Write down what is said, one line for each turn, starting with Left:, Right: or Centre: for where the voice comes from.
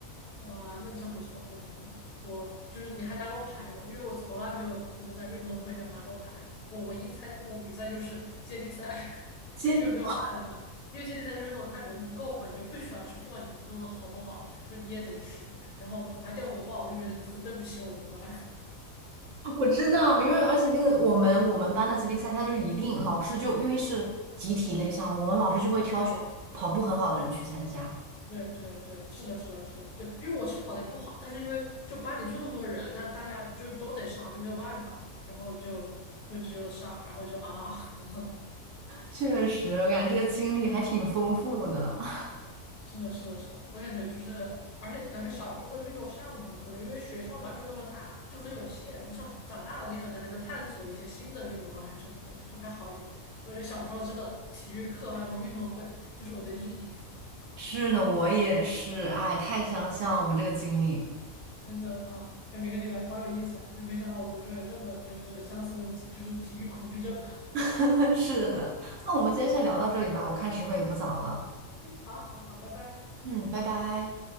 Left: 哇，那真不错，真不错。我就是你还拿过牌呢，因为我从来没有就是在运动会上拿过牌。我唯一参加过的比赛就是接力赛，<laughs>
Right: 接
Left: 就因为没有办法，因为接力赛就是那种他人不够嘛，你就必须要去，不管你弄得好不好，就你也得去。然后我还掉过棒，我就觉得很对不起我们班。<laughs>
Right: 我知道，因为而且那个我们我们班的接力赛，他就是一定老师就因为是集体类项目，我们老师就会挑选跑步很好的人去参加。
Left: 对对对对，是的，是的，是的，对，因为我其实跑得也不好，但是因为就班里就那么多人，那大家就都得上，就没有办法，然后就就只有上，然后就啊。<laughs>
Right: 确实，我感觉这个经历还挺丰富的。<laughs>
Left: 是的，是的，是的，我感觉就是，而且感觉小时候的运动项目，可能因为学校吧就那么大，就很有限，不像长大了你可能还能探索一些新的运动啊，还什么的，就还好一点。我觉得小时候真的体育课还有那种运动会，就是我的阴影，
Right: 是的，我也是，哎，太相像我们这个经历。
Left: 真的啊，感觉跟你聊好有意思啊，就是没想到我们居然有这么就是相似的，就是体育恐惧症吧。
Right: <laughs> 是的，那我们今天先聊到这里吧，我看时候也不早了。
Left: <laughs> 好好好，拜拜。
Right: 嗯，拜拜。